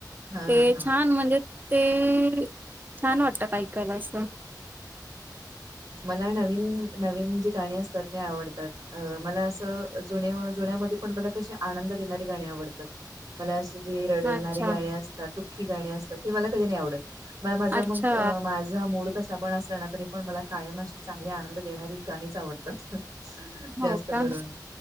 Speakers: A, on the right (about 50°); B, on the right (about 25°).
A: हा
B: ते
A: हा
B: छान म्हणजे ते छान वाटत का ऐकायला असं
A: मला नवीन नवीन जी गाणी असतात ते आवडतात मला असं जु जुन्यामध्ये पण मला कसे आनंद देणारी गाणी आवडतात मला अशी जी रडणारी
B: अच्छा
A: गाणी असतात दुःखी गाणे असतात ते मला कधी नाही आवडत मला माझा
B: अच्छा
A: मग माझ माझा मूड कसा पण असला ना तरी पण मला कायम अशी चांगली आनंद देणारी गाणीच आवडतात
B: हो
A: जास्त
B: का
A: करून